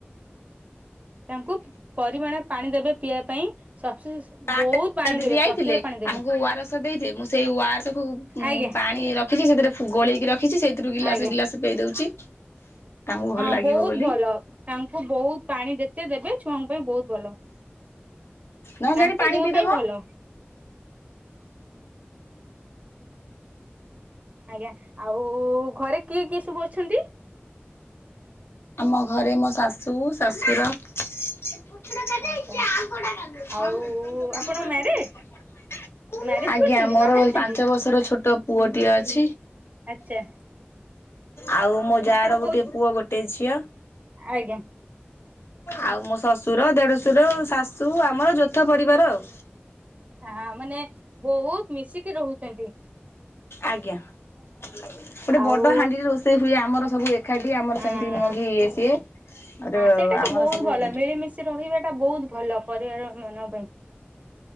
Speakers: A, on the right (about 40°); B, on the left (about 75°).
A: ତାଙ୍କୁ ପରିମାଣ ପାଣି ଦେବେ ପିଇବା ପାଇଁ। ସଫି
B: <unintelligible>
A: ବହୁତ ପାଣି
B: ଦିଦି
A: ଦେବେ
B: ଦେଇଥିଲେ
A: ପ୍ରଚୁର ପାଣି ଦେବେ
B: ଆମକୁ ଉର ଆସ ଦେଇ ମୁଁ ସେଇ ଓ ଆର ଏସକୁ
A: ଆଜ୍ଞା
B: ପାଣି। ରଖିଛି ସେଥିରେ ଫ ଗୋଳେଇକି ରଖିଛି ସେଇଥିରୁ ଗିଲାସ
A: ଆଜ୍ଞା।
B: ଗିଲସ ପେଇ ଦଉଛି। ତାଙ୍କୁ ଭଲ
A: ହଁ
B: ଲାଗିବ
A: ବହୁତ
B: ବୋଲି
A: ଭଲ ତାଙ୍କୁ ବହୁତ ପାଣି ଯେତେ ଦେବେ। ଛୁଆଙ୍କ ପାଇଁ ବହୁତ ଭଲ।
B: ନଅ
A: ତାଙ୍କ
B: ଜାଣି ପାଣି
A: ଦେହ
B: ପିଇଦବ।
A: ପାଇଁ ଭଲ ଆଜ୍ଞା ଆଉ ଘରେ କିଏ କିଏ ସବୁ ଅଛନ୍ତି?
B: ଆମ ଘରେ ମୋ ଶାଶୁ ଶଶୁର। <unintelligible>
A: ଆଚ୍ଛା ଆଉ ଆପଣ ମ୍ୟାରେଜ ମ୍ୟାରେଜ
B: ଆଜ୍ଞା
A: କରିଛନ୍ତି
B: ମୋର
A: ବାହା ହେଇଛନ୍ତି?
B: ପାଞ୍ଚ ବର୍ଷର ଛୋଟ ପୁଅଟିଏ ଅଛି।
A: ଆଚ୍ଛା।
B: ଆଉ ମୋ ଯାର
A: ଆପଣ କୋଉ
B: ଗୋଟେ ପୁଅ ଗୋଟେ ଝିଅ।
A: ଆଜ୍ଞା।
B: ଆଉ ମୋ ଶ୍ୱଶୁର ଦେଢଶୁର ଶାଶୁ ଆମର ଯୌଥ ପରିବାର ଆଉ।
A: ହଁ ମାନେ ବହୁତ ମିଶିକି ରହୁଚନ୍ତି।
B: ଆଜ୍ଞା ଗୋଟେ
A: ଆଉ
B: ବଡ ହାଣ୍ଡିରେ ରୋଷେଇ ହୁଏ ଆମର ସବୁ ଏ ଏକ୍ଷାଟିଏ ଆମର
A: ହଁ
B: ସେମିତି ନୁହେଁ କି ଇଏ ସିଏ ଆ
A: ସେଇଟା ତ
B: ଆମର
A: ବହୁତ
B: ସବୁ
A: ଭଲ ମିଳିମିଶି ରହିବା ଟା ବହୁତ ଭଲ ପରିବାର ମାନଙ୍କ ପାଇଁ।